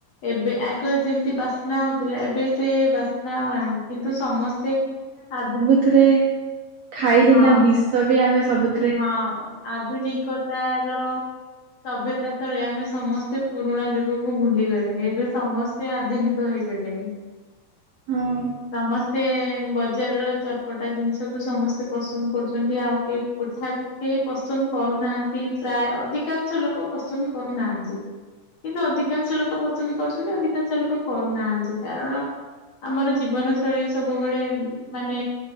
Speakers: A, on the left; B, on the right.
A: ଏବେ ଆଗରୁ ଯେମିତି ବାସ୍ନା ହଉଥିଲା ଏବେ ସେ ବାସ୍ନା ଆଉ ନାହିଁ। କିନ୍ତୁ ସମସ୍ତେ <unintelligible>
B: ସେଥିରେ ଖାଇଲେ
A: ହଁ
B: ନା ବିଷ ବି ଆମେ ସବୁ
A: ହଁ ଆଧୁନିକତାର ସଭ୍ୟତା ତଳେ ଆମେ ସମସ୍ତେ ପୁରୁଣାଯୁଗକୁ ଭୁଲିଗଲେଣି ଏବେ ସମସ୍ତେ ଆଧୁନିକ ହେଇଗଲେଣି।
B: ହୁଁ
A: ସମସ୍ତେ ବଜାରରେ ଚଟପଟା ଜିନିଷକୁୁ ସମସ୍ତେ ପସନ୍ଦ କରୁଛନ୍ତି ଆଉ କିଏ ପିଠାକୁ କେହି ପସନ୍ଦ କରୁନାହାନ୍ତି ପ୍ରାୟ ଅଧିକାଂଶ ଲୋକ ପସନ୍ଦ କରୁନାହାନ୍ତି। କିନ୍ତୁ ଅଧିକାଂଶ ଲୋକ ପସନ୍ଦ କରୁଛନ୍ତି ଅଧିକାଂଶ ଲୋକ କରୁନାହାନ୍ତି କାରଣ ଆମର ଜୀବନ ଶୈଳୀ ସବୁବେଳେ ମାନେ